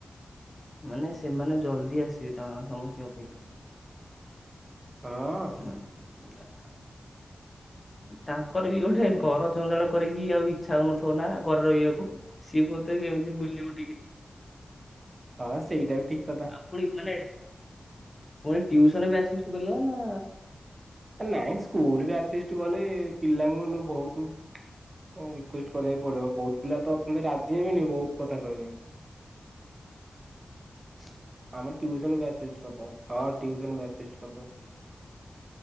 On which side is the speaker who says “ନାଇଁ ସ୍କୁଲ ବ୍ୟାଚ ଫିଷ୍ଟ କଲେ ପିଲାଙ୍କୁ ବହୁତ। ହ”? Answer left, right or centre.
Right